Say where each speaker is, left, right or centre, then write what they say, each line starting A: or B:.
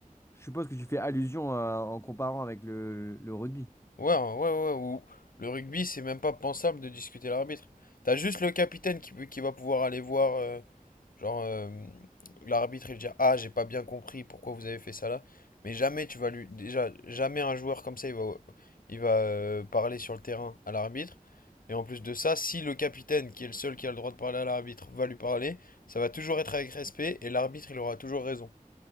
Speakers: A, on the left; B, on the left.
A: je suppose que tu fais allusion à- en comparant avec le, le rugby.
B: Ouais, ouais, ouais, ouais, ou le rugby, c'est même pas pensable de discuter l'arbitre. T'as juste le capitaine qui, peut- qui va pouvoir aller voir, euh, genre, euh, l'arbitre et lui dire, Ah, j'ai pas bien compris pourquoi vous avez fait ça là. Mais jamais tu vas lui. Déjà, jamais un joueur comme ça, il va, il va euh, parler sur le terrain à l'arbitre. Et en plus de ça, si le capitaine, qui est le seul qui a le droit de parler à l'arbitre, va lui parler, ça va toujours être avec respect et l'arbitre, il aura toujours raison.